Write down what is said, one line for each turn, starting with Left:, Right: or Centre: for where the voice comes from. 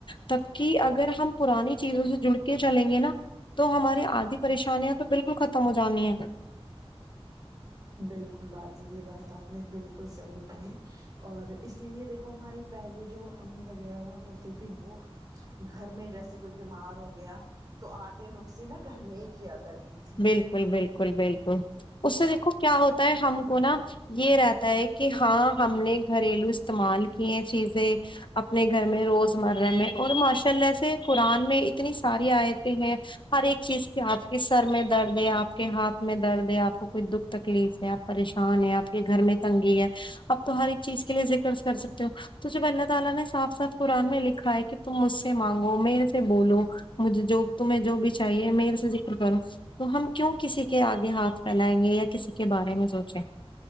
Left: تبکے اگر ہم پرانی چیزوں سے جڑ چلیں گے نا تو ہماری آدھی پریشانیاں تو بالکل ختم ہو جانی ہے
Right: بالکل باجی یہ بات آپ نے بالکل صحیح کہی اور اسی لیے دیکھو ہماری پہلیے جو امی وغیرہ ہوا کرتی تھی وہ گھر میں جیسے کوئی بیمار ہو گیا تو آدھے نسخے نا گھر میں ہی کیا کرتی تھی
Left: بالکل بالکل بالکل اس سے دیکھو کیا ہوتا ہے ہم کو نا یہ رہتا ہے ایک کہ ہاں ہم نے گھریلو استعمال کیے چیزیں اپنے گھر میں روزمرہ میں اور ماشاء اللہ سے قرآن میں اتنی ساری آئےتیں ہیں ہر ایک چیز کی آج کے سر میں درد ہے آپ کے ہاتھ میں درد ہے آ کوئی دکھ تکلیف ہے آ پریشان ہے آپ کے گھر میں تنگی ہے آپ تو ہر ایک چیز کے لیے ذکر کر سکتے ہو تو جب اللہ تعالی نے صاف صاتف قرآن میں لکھا ہے کہ تم مجھ سے مانگو میرے سے سے بولو مجھے جو تمہیں جو بھی چاہیے میرے سے ذکر کروں تو ہم کیوں کسی کے آگے ہاتھ پھیلائیں گے یا کسی کے بارے میں سوچیں